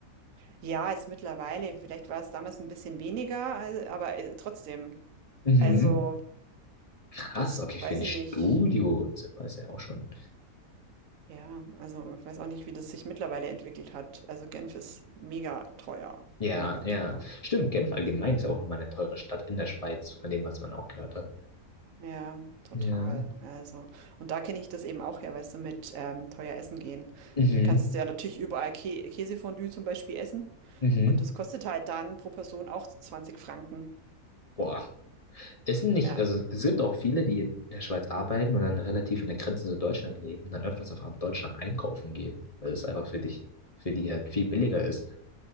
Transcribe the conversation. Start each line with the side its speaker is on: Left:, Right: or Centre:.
Right: Ja, jetzt mittlerweile, vielleicht war es damals ein bisschen weniger, al aber, äh, trotzdem.
Left: Mhm.
Right: Also,
Left: Krass,
Right: das
Left: okay,
Right: weiß
Left: für ein
Right: ich
Left: Studiozimmer
Right: nicht.
Left: ist ja auch schon.
Right: Ja, also, ich weiß auch nicht, wie das sich mittlerweile entwickelt hat. Also, Genf ist mega teuer,
Left: Ja,
Right: mega
Left: ja.
Right: teuer.
Left: Stimmt, Genf allgemein
Right: Mhm.
Left: ist ja auch nochmal eine teure Stadt in der Schweiz, von dem, was man auch gehört hat.
Right: Ja, total.
Left: Ja.
Right: Also, und da kenne ich das eben auch her, weißt du, mit ähm, teuer essen gehen.
Left: Mhm.
Right: Da kannst du ja natürlich überall Kä Käsefondue zum Beispiel essen.
Left: Mhm.
Right: Und das kostet halt dann pro Person auch 20 Franken.
Left: Boah, Ist nicht,
Right: Ja,
Left: also es gibt auch viele, die in der Schweiz arbeiten und dann relativ in der Grenze zu Deutschland leben und dann öfters einfach in Deutschland einkaufen gehen, weil es einfach für dich, für die halt viel billiger ist.